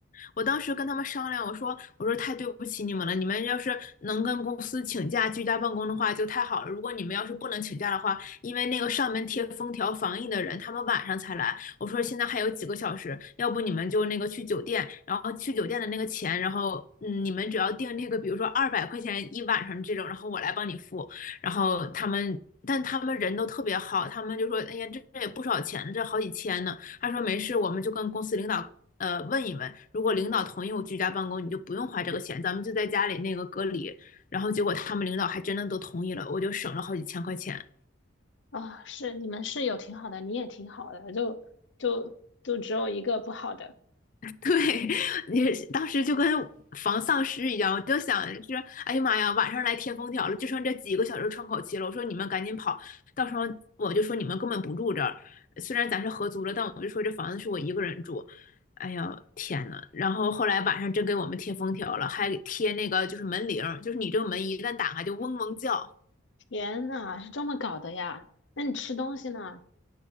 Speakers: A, on the left (about 40°); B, on the left (about 65°).
A: 我当时跟他们商量，我说我说太对不起你们了，你们要是能跟公司请假居家办公的话就太好了。如果你们要是不能请假的话，因为那个上门贴封条防疫的人，他们晚上才来。我说现在还有几个小时，要不你们就那个去酒店，然后去酒店的那个钱，然后嗯，你们只要订那个，比如说二百块钱一晚上这种，然后我来帮你付。然后他们。但他们人都特别好，他们就说：“哎呀，这这也不少钱，这好几千呢。”他说：“没事，我们就跟公司领导呃问一问，如果领导同意我居家办公，你就不用花这个钱，咱们就在家里那个隔离。然后结果他们领导还真的都同意了，我就省了好几千块钱。
B: 啊，是你们室友挺好的，你也挺好的，就就就只有一个不好的，
A: <laughs> 对，你当时就跟防丧尸一样，我就想是，哎呀妈呀，晚上来贴封条了，就剩这几个小时窗口期了。我说你们赶紧跑，到时候我就说你们根本不住这儿，虽然咱是合租了，但我就说这房子是我一个人住。哎呀，天呐，然后后来晚上真给我们贴封条了，还给贴那个就是门铃儿就是你这个门一旦打开就嗡嗡叫。
B: 天呐，是这么搞的呀？那你吃东西呢？